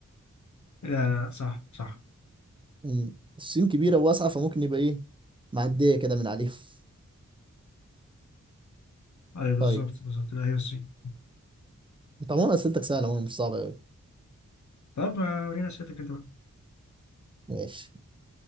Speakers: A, on the left; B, on the right.
A: لا لا صح صح
B: مم. الصين كبيره وواسعه فممكن يبقى ايه معديه كده من عليهم <laughs>
A: أيوه بالظبط
B: طيب
A: بالظبط لا هي الصين
B: طبعا اسئلتك سهله عموماً، مش صعبه قوي
A: طب ما ورينا أسئلتك أنت بقى
B: ماشي